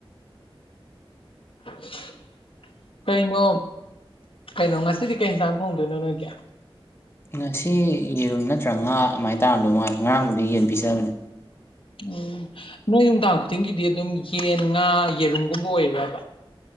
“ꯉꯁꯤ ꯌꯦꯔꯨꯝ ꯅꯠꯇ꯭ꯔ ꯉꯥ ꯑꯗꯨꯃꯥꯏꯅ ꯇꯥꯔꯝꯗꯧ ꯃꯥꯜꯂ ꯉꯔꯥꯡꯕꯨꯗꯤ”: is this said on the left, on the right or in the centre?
Left